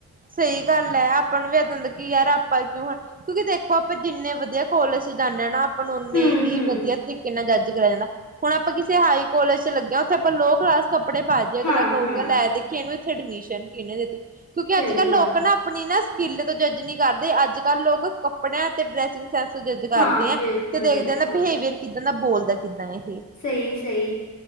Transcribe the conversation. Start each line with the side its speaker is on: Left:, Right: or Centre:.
Right: ਸਈ ਗੱਲ ਐ ਆਪਾਂ ਨੂੰ ਵੀ ਏਦਾਂ ਦਾ ਕਿ ਯਾਰ ਆਪਾਂ ਕਿਉਂ ਹੁਣ ਕਿਉਂਕਿ ਦੇਖੋਂ ਆਪਾਂ ਜਿੰਨੇਂ ਵਧੀਆਂ ਕਾਲੇਜ਼ ਚ ਜਾਂਣੇ ਹਾਂ ਨਾ ਆਪ ਆਪ ਨੂੰ ਓਨੇ
Left: ਹੁੰ,
Right: ਹੀ
Left: ਹੁੰ।
Right: ਵਧੀਆਂ ਤਰੀਕ਼ੇ ਨਾਲ਼ ਜੱਜ ਕਰਏਆ ਜਾਂਦਾਂ। ਹੁਣ ਆਪਾਂ ਕਿਸ਼ੇ ਹਾਈ ਕਾਲਜ਼ ਚ ਲੱਗੇਂ ਆ, ਓਥੇ ਆਪਾਂ ਲੋਅ ਕਲਾਸ ਕੱਪੜੇ ਪਾ ਜੀਏ ਅਗਲਾ
Left: ਹਾਂ-ਹਾਂ,
Right: ਕੳਗਾ ਲ਼ੈ ਦੇਖ ਕਿ ਏਹਨੂੰ ਇੱਥੇਂ ਐਡਮਿਸ਼ਨ ਕਿਹਨੇ ਦਿੱਤੀ, ਕਿਉਂਕਿ
Left: ਸਹੀ
Right: ਅੱਜ਼-ਕੱਲ ਲੋਕ
Left: ਆ,
Right: ਨਾ। ਆਪਣੀਂ ਨਾ ਸਕਿੱਲ ਤੋਂ ਜੱਜ ਨੀਂ ਕਰਦੇਂ, ਅੱਜ਼-ਕੱਲ੍ਹ ਲੋਕ ਕੱਪੜੇਆਂ ਤੇ ਡਰੈਸਿੰਗ ਡਰੈੱਸ ਜੱਜ ਕਰਦੇਂ
Left: ਹਾਂ
Right: ਐਂ,
Left: ਬਿਲਕੁਲ-ਬਿਲਕੁਲ,
Right: ਤੇ ਦੇਖਦੇ ਨੇ, ਬਿਹੇਵੀਅਰ ਕਿੱਦਾਂ ਦਾ ਬੋਲਦਾਂ ਕਿੱਦਾਂ ਏਹ
Left: ਸਹੀ-ਸਹੀ